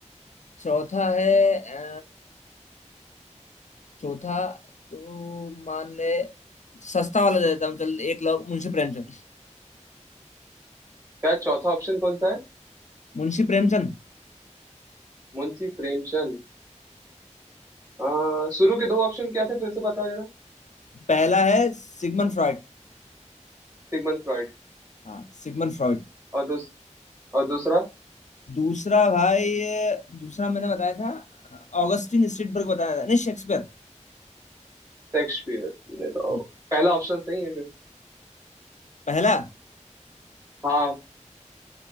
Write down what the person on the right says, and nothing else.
क्या चौथा ऑप्शन कौन सा है
मुंशी प्रेमचंद आ, शुरू के दो ऑप्शन क्या थे फिर से बताओ जरा
Sigmund Freud
और दूस, और दूसरा
शेक्सपियर ने तो
पहला ऑप्शन सही है फिर
हाँ